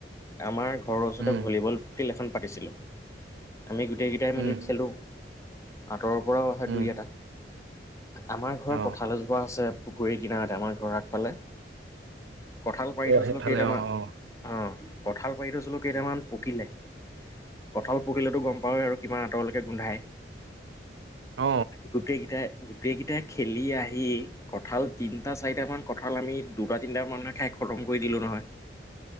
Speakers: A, on the left; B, on the right.
A: আমাৰ ঘৰৰ ওচতে
B: উম
A: ভলীবল ফিল্ড এখন পাতিছিলোঁ। আমি গোটেইকেইটাই মিলি
B: উম
A: খেলোঁ। আঁতৰৰ পৰাও আহে
B: উম
A: দুই এটা। আমাৰ ঘৰৰ
B: অ
A: কঁঠালৈজোপোৱা আছে। পুখুৰীৰ কিনাৰতে আমাৰ ঘ আগ পালে। কঁঠাল পাৰি
B: অ
A: থৈছিলো
B: সেইফালে
A: কেইটামান,
B: অ অ
A: অহ কঠাল থৈছিলো কেইটামান পকিলে। কঁাল পকিলেতো গম পাৱৱ আৰু কিমান অতৰৰলৈকে গোন্ধাই।
B: অ
A: গোটেইকেইটাই গ গোটেইকেইটাই খেলি আহি কঁঠাল তিনিটা চাৰিটামান কঁঠাল আমি দুটা তিনিট মানুহে খাই খতম কৰি দিলোঁ নহয়।